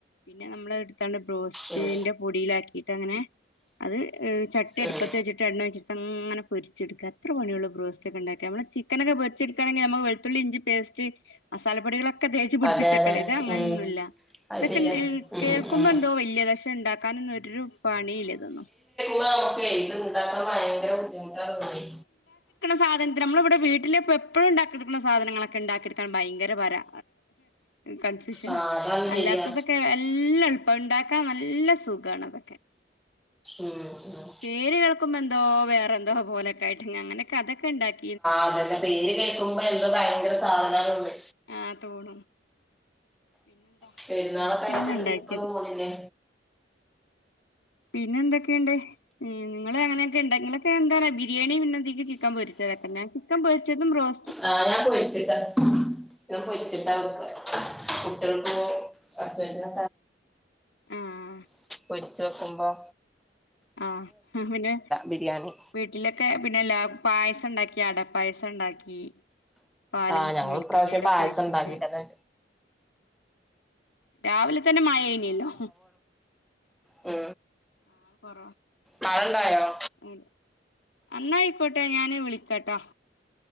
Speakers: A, on the left (about 85°); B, in the centre.
A: പിന്നെ നമ്മള് എടുത്താണ്ട് ബ്രോസ്റ്റന്റെ
B: ഉം
A: പൊടിയിലാക്കിട്ട് അങ്ങനെ അത് ചട്ടി അടുപ്പത്ത്
B: ഉം
A: വെച്ചിട്ട് എണ്ണം വെച്ചെടുത്ത് അങ്ങനെ പൊരിച്ചെടുക്കുക അത്ര പണിയുള്ള ബ്രോസ്റ്റ ഒക്കെ ഉണ്ടാക്കി നമ്മള് ചിക്കനൊക്കെ വെച്ച്െടുക്കുകണെങ്കിൽ നമു വെളത്തുള്ളി ഇഞ്ച പേസ്റ്റ് മസാലപ്പൊടികളക്കെ ഒക്കെ തേച്ചച്ച് പിടിപ്പിച്ചക്കട
B: അതെ അതെ
A: ഇത് അങ്ങനെയൊന്നുമ
B: ഉം
A: ഇല്ല
B: അത്
A: ഇതൊക്കെ
B: ശരിയാ ഉം
A: കേൾക്കുമ്പോ
B: ഉം ഉം
A: എന്തോ വലിയ കശം ഉണ്ടാക്കാനൻൊന്നരു പണിയില്ലേ തോന്നുന്നു
B: നമുക്ക് ഇത് ഇണ്ടാക്കാ ഭയങ്കര ബുദ്ധിമുട്ടാ തോന്നി
A: സാധനത്തി നമ്മളിവിടെ വീട്ടില എപ്പോഴും ഉണ്ടാക്കിെടുക്കുന്ന സാധനങ്ങളൊക്കെ ഉണ്ടാക്കിെടുക്കാൻ ഭയങ്കരരാ് കൺഫ്യൂഷന
B: ആഹ് അതാണ്
A: അല്ലാത്തതൊക്കെ
B: ശരിയാ
A: എല്ല ഇപ്പ ഇണ്ടാക്കാ നല്ല സുഖണ അതൊക്കെ
B: ഉം ഉം
A: പേര് കേൾക്കുമ്പോ എന്തോ വേറെ എന്തോ പോലൊക്കെ ആയിട്ട് അങ്ങനൊക്കെ അതൊക്കെ ഉണ്ടാക്കി
B: അതെന്റെ പേര് കേൾക്കുമ്പോ എന്താ ഭയങ്കര സാധനങ്ങളുണ്ട്
A: ആ തോണും പിന്നെന്താ
B: പെരുന്നാള
A: അങ്ങനെയൊക്കെയാണ്
B: കയറ്റ
A: ഇണ്ടാക്കിയത്
B: ട്രിപ്പ് ഒന്നന്ന് പോന്നില്ലേ
A: പിന്നെ എന്തൊക്കെയുണ്ട് നിങ്ങള് അങ്ങനെയൊക്കെ ഉണ്ട് നിങ്ങളൊക്കെ എന്ത ബിരിയാണി പിന്നെന്തെങ്കക്ക് ചിക്കൻ പൊരിച്ചതൊെന്നെ ചിക്കൻ പൊരിച്ചതും ോ
B: ആഹ ഞാൻ പൊരിച്ചിട്ടാ ഞാൻ പൊരിച്ചിട്ടാ കുട്ടികൾക്ക് അ സന്ന
A: ആഹ്
B: പൊരിിച്ചു വെക്കുമ്പോൾ
A: ആഹ പിന്നെ
B: ബിരിയാണി
A: വീട്ടിലൊക്കെ പിന്നെല്ല പായസ പസ ഉണ്ടാക്കി അടപ്പായസം ഉണ്ടാക്കി പാലും
B: ആഹ് ഞങ്ങൾ
A: മിൽക്കും
B: ഇപ്രാവശ്യം
A: വീടൊക്കെ
B: പായസം
A: ഒഴിച്ചിട്ട്
B: ഉണ്ടാക്കിട്ടന്നെ
A: രാവിലെ തന്നെ മായനല്ലോ
B: മ്
A: നള്െ കൊറോ
B: തഴെണ്ടായോ
A: അ അന്നായിക്കോട്ടെ ഞാന് വിളിക്കാട്ടോ